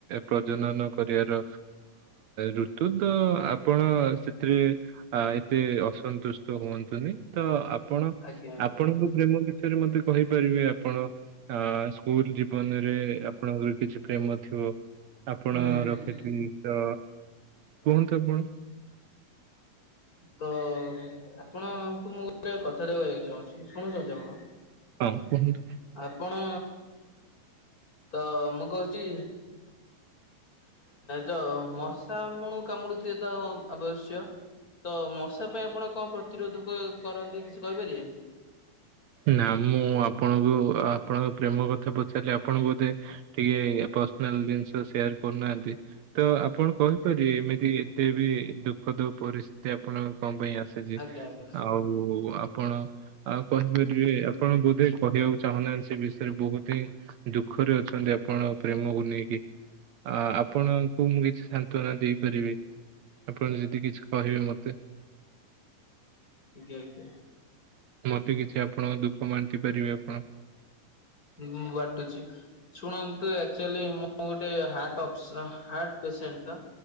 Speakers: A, on the right; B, on the left.
A: ପ୍ରଜନନ କ ଏହାର ଋତୁ ତ ଆପଣ ସେଥିରେ ଏତେ ଅସ ଅସନ୍ତୁଷ୍ଟ ହୁଅନ୍ତୁନି ତ ଆପଣ
B: ଆଜ୍ଞା ଆଜ୍ଞା।
A: ଆପଣଙ୍କ ପ୍ରେମ <unintelligible> ମତେ କହିପାରିବେ ଆପଣ ଆଁ ସ୍କୁଲ ଜୀବନରେ ଆପଣଙ୍କର କିଛି ପ୍ରେମ ଥିବ? ଆପଣ
B: ହୁଁ ହୁଁ
A: ରଖି ଥିତ କୁହନ୍ତୁ ଆପଣ।
B: ତ ଆପଣଙ୍କୁ ମୁଁ ଗୋଟେ କ କଥାଟେ କହିବାକୁ ଚାହୁଁଛି ଶୁଣୁଛନ୍ତି ଆପଣ।
A: ହଁ କୁହନ୍ତୁ।
B: ଆପଣ ତ ମୁଁ କହୁଛି। ଯଉ ମଶା ଆମଣୁ କାମୁଡୁଥିବ ତ ଆବଶ୍ୟ। ତ ମଶା ପାଇଁ ଆପଣ କଣ ପ୍ରତିରୋଧକ କରନ୍ତି କିଛି କହିପାରିବେ?
A: ନା ମୁଁ ଆପଣଙ୍କୁ ଆପଣଙ୍କ ପ୍ରେମ କଥା ପଚାରିଲି ଆପଣଙ୍କୁ ବୋଧେ ଟିକେ ର୍ପସ୍ନାଲ ଜିନିଷ ସେୟାର କରୁନାହାନ୍ତି ତ ଆପଣ କହିପାରିବେ ଏମିତି ଏତେ ବି ଦୁଃଖ ଯଉ ପରିସ୍ଥିତି ଆପଣ କଣ ପାଇଁ ଆସିଛି
B: ଆଜ୍ଞା ଆଜ୍ଞା
A: ଆଉ ଆପଣ ଆଉ କହିବେ ଇଏ ଆପଣ ବୋଧ କହିବାକୁ ଚାହୁଁନାହାନ୍ତି ସେ ବିଷୟରେ ବହୁତି ଦୁଃଖରେ ଅଛନ୍ତି ଆପଣ ପ୍ରେମ ହଉ ନେଇକି ଆ ଆପଣଙ୍କୁ ମୁଁ କିଛି ସାନ୍ତନା ଦେଇପାରିବି। ଆପଣ ଯଦି କିଛି କହିବେ ମତେ।
B: ଆଜ୍ଞା ଆଜ୍ଞା।
A: ମତେ କିଛି ଆପଣଙ୍କ ଦୁଃଖ ବାଣ୍ଟି ପାରିବେ ଆପଣ।
B: ହୁଁ ବାଟୁଛି ଶୁଣନ୍ତୁ ଆକ୍ଚୋଲି ମୁଁ ଗୋଟେ ହାର୍ଟ ଆପ୍ସ୍ର ହାର୍ଟ ପେମେଣ୍ଟ୍ ନା